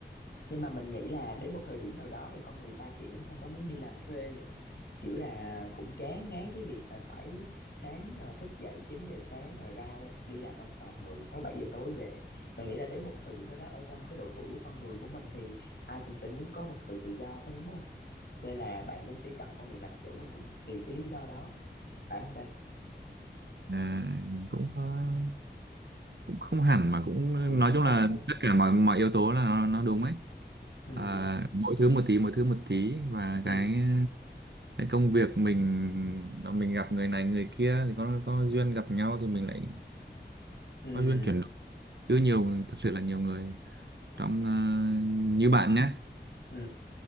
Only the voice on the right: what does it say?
à, cũng có- cũng không hẳn mà cũng
nói chung
là
tất cả mọi mọi yếu tố là nó, nó đúng ấy
à, mỗi thứ một tí mỗi thứ một tí và
cái cái công việc mình mình gặp người này người kia thì có có duyên gặp nhau thì mình lại
có duyên chuyển đổi chứ nhiều thật sự là nhiều người trong ờ, như bạn nhé